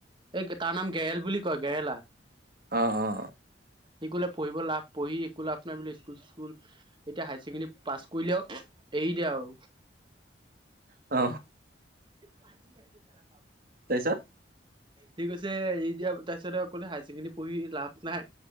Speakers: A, on the right; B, on the right.
A: এই তাৰ নাম গেৰেল বুলি কয় গেৰেলা।
B: অ অ
A: সি ক'লে পঢ়িব লাভ পঢ়ি একো লাভ নাই বুলি স্কুল চিস্কুল এতিয়া হায়াৰ ছেকেণ্ডেৰী- পাছ কৰিলে আও এৰি দে আও।
B: অ।
A: কাজি আছে কেলা।
B: তাইচত
A: সি কৈছে এৰি দিয়া তাপিছত কলে হায়াৰ ছেকেণ্ডৰী পঢ়ি লাভ নাই।